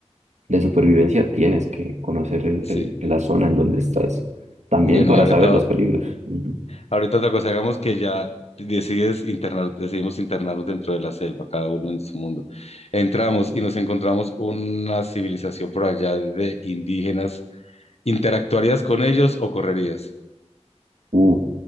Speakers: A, on the right; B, on the left.
A: de supervivencia tienes que conocer el-
B: Sí.
A: el- la zona en donde estás, también
B: Bueno,
A: para
B: y ahorita,
A: saber los peligros. Ujú.
B: ahorita otra cosa, digamos que ya decides internar, decidimos internarnos dentro de la selva, cada uno en su mundo. Entramos y nos encontramos una civilización por allá de indígenas ¿Interactuarías con ellos o correrías?
A: Uh,